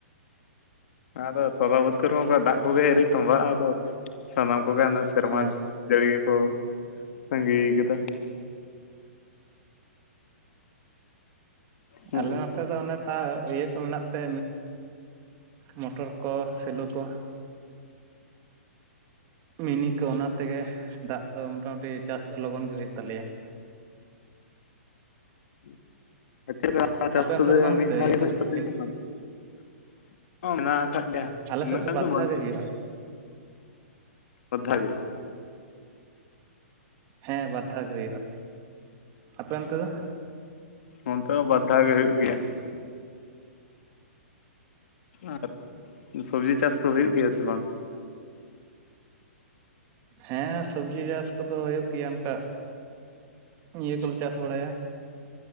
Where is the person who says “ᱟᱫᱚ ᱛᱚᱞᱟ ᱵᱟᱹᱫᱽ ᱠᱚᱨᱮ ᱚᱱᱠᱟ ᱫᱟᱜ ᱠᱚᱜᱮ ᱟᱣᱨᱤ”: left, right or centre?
Left